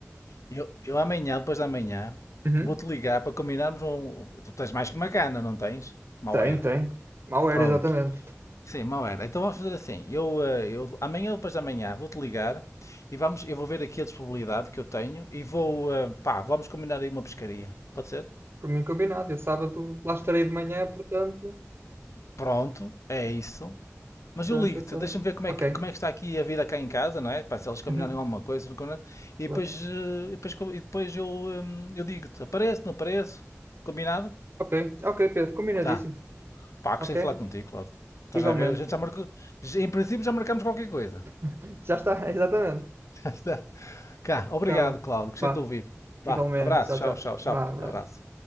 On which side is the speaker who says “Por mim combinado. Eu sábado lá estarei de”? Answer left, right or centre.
Right